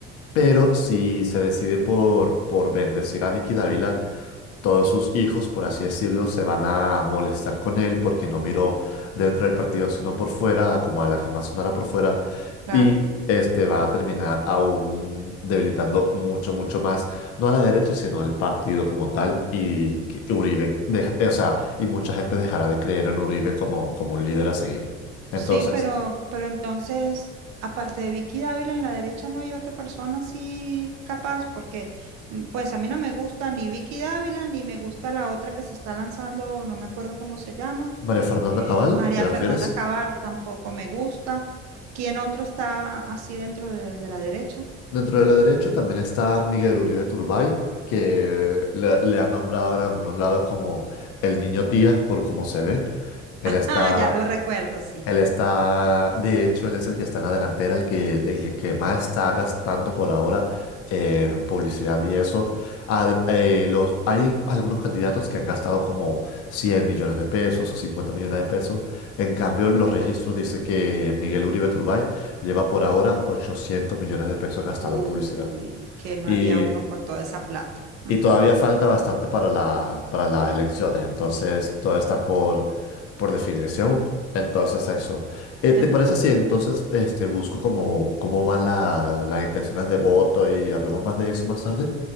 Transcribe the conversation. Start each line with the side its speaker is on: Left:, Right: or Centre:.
Left: Pero si se decide por, por bendecir a Vicky Dávila, todos sus hijos, por así decirlo, se van a molestar con él porque no miró dentro del partido, sino por fuera, como a la que más sonara por fuera,
Right: claro.
Left: y este va a terminar aún debilitando mucho, mucho más, no a la derecha, sino al partido como tal, y que Uribe, deja- eh, o sea, y mucha gente dejará de creer en Uribe como, como un líder a seguir. Entonces,
Right: Sí, pero, pero entonces, aparte de Vicky Dávila, en la derecha no hay otra persona así capaz, porque mm, pues a mí no me gusta ni Vicky Dávila, ni me gusta la otra que se está lanzando, no me acuerdo cómo se llama.
Left: María Fernanda
Right: Eh,
Left: Cabal,
Right: María
Left: ¿te
Right: Fernanda
Left: refieres?
Right: Cabal tampoco me gusta. ¿Quién otro está así dentro de, de la derecha? <laughs>
Left: Dentro de la derecha también está Miguel Uribe Turbay, que le, le han nombrado en algunos lados como el niño tía por cómo se ve. Él está,
Right: Ah, ya lo recuerdo, sí.
Left: él está, de hecho, él es el que está en la delantera, el que, el que más está gastando por ahora en publicidad y eso. Ad- eh, los, hay algunos candidatos que han gastado como 100 millones de pesos o 50 millones de pesos. En cambio, los registros dicen que Miguel Uribe Turbay lleva por ahora 800 millones de pesos gastado
Right: Uy,
Left: en publicidad.
Right: ¿qué no
Left: Y,
Right: haría uno con toda esa plata? <laughs>
Left: y todavía falta bastante para la, para las elecciones, entonces todo está por, por definirse aún. Entonces eso. Eh,
Right: En-
Left: ¿te parece si entonces este, busco cómo, cómo van la- las intenciones de voto y hablamos más de eso más tarde?